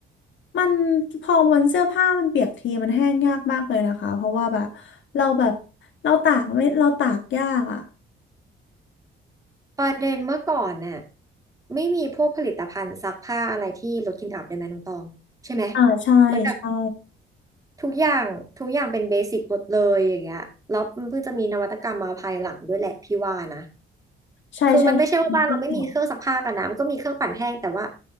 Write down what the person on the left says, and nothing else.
มันพอวันเสื้อผ้ามันเปียกทีมันแห้งยากมากเลยนะคะเพราะว่าแบบเราแบบเราตากไม่เราตากยากอ่ะ
อ่าใช่ใช่
ใช่ใช่ใช่มันไม่เกี่ยวค่ะ